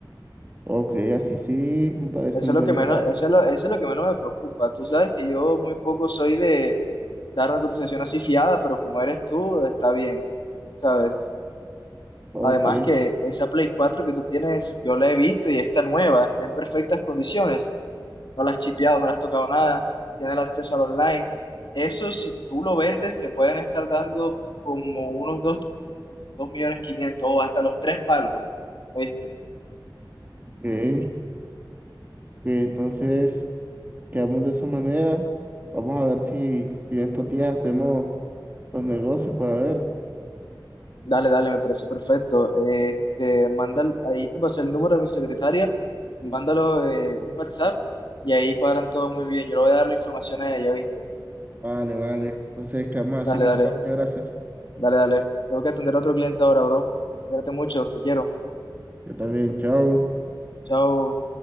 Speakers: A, on the right; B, on the left.
A: Ok, así sí, me parece
B: Eso
A: un
B: es lo
A: buen
B: que menos,
A: trato.
B: eso es lo, eso es lo que menos me preocupa. Tú sabes que yo muy poco soy de dar una cotización así fiada, pero como eres tú, está bien, ¿sabes?
A: Ok,
B: Además que esa Play cuatro que tú tienes, yo la he visto y está nueva, está en perfectas condiciones. No la has chipeado, no la has tocado nada, tiene el acceso al online. Eso, si tú lo vendes, te pueden estar dando como unos 2.500, 2.500.000 o hasta los tres palos, ¿oíste?
A: ok. Eh, Entonces, quedamos de esa manera. Vamos a ver si, si en estos días hacemos los negocios para ver.
B: Dale, dale, me parece perfecto. Este, manda, ahí te pasé el número de mi secretaria, mándalo eh, un WhatsApp y ahí cuadran todo muy bien. Yo le voy a dar la información a ella, ¿viste?
A: Vale, vale. Entonces, quedamos así,
B: Dale,
A: Nicolás.
B: dale,
A: Muchas gracias.
B: dale, dale. Tengo que atender a otro cliente ahora, bro. Cuídate mucho, te quiero.
A: Yo también, chao.
B: Chao.